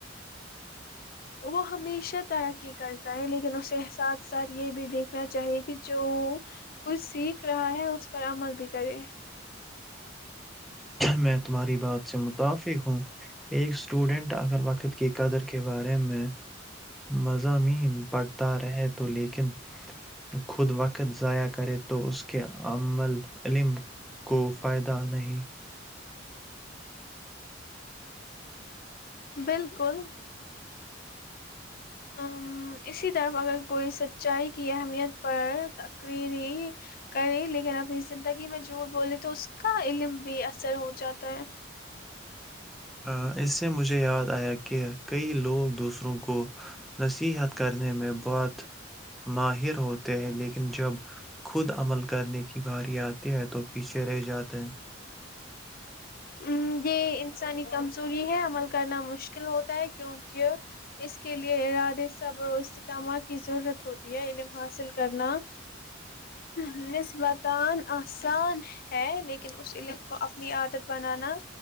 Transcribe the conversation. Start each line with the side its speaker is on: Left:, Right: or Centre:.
Left: وہ ہمیشہ ترقی کرتا ہے لیکن اس احساس ساتھ یہ بھی دیکھنا چاہیے کہ جو کچھ سیکھ رہا ہے اس پر عمل بھی کرے
Centre: میں تمہاری بات سے متفق ہوں ایک اسٹوڈینٹ اگر وقت کی قدر کے بارے میں مضامین پڑھتا رہے تو لیکن خود وقت ضائع کر کرے تو اس کے عمل علم کو فائدہ نہیں <inaudible>
Left: بالکل ا اسی طرف اگر کوئی سچائی کی اہمیت پر تقریری کرے لیکن ابنی زندگی میں جھوٹ بولے تو اس کا علم بھی اثر ہو جاتا ہے
Centre: ہ اس سے مجھے یاد آیا کہ کئی لوگ دوسروں کو نصیحت کرنے میں بہت ماہر ہوتے ہیں لیکن جب خود عمل کرنے کی بھاری آتی ہے تو پیچھے رہ جاتے ہیں
Left: ہ یہ انسانی کمزور ی ہے عمل کرنا مشکل ہوتا ہے کیونکہ اس کے لیے ارادے صبر و استحکامات کی ضرورت ہوتی ہے علم حاصل کرنا نسبتاان آسان ہے لیکن اس علم کو اپنی عادت بنانا